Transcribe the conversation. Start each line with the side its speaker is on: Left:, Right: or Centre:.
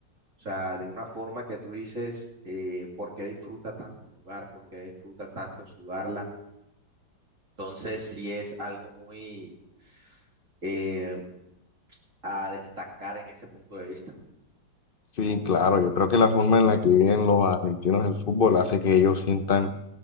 Right: o sea, de una forma que tú dices, eh, ¿por qué disfruta tanto jugar? ¿Por qué disfruta tanto sudarla? Entonces, sí es algo muy eh, a destacar en ese punto de vista.
Left: Sí, claro, yo creo que la forma en la que viven los argentinos el fútbol hace que ellos sientan